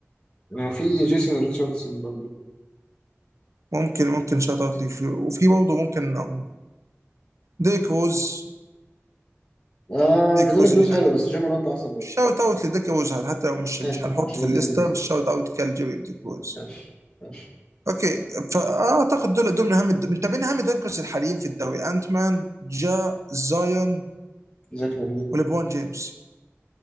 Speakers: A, on the left (about 20°); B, on the right (about 80°).
A: في جيسون ريتشاردسون برضه
B: ممكن ممكن شوت اوت ليه في- وفي برضه ممكن آم، ديك روز
A: آه
B: ديك
A: ديريك
B: روز يعني
A: روز حلو بس جيم مورانت أحسن منه
B: شوت اوت
A: ممكن.
B: لديك روز حتى لو مش مش
A: عشان
B: هنحط في
A: ال
B: الليسته
A: MVP
B: بس شوت اوت كال جيري ديك روز
A: ماشي ماشي
B: اوكي فاعتقد دول دول من اهم الد- من تابعين اهم دنكرز الحاليين في الدوري انت مان جا زايون
A: زاك لافين
B: وليبرون جيمس